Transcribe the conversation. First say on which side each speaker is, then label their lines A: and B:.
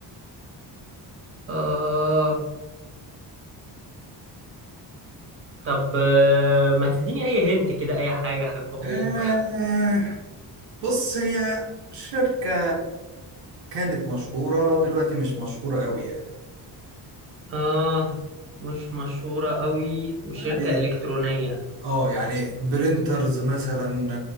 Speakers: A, on the right (about 30°); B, on the right (about 85°).
A: آه طب آه، ما تديني اي هنت كده اي حاجه يا حبيب اخوك
B: آه بص هي شركة كانت مشهورة دلوقتي مش مشهورة قوي يعني
A: اه مش مشهوره قوي وشركه
B: يعني
A: الكترونيه
B: اه يعني برينترز مثلا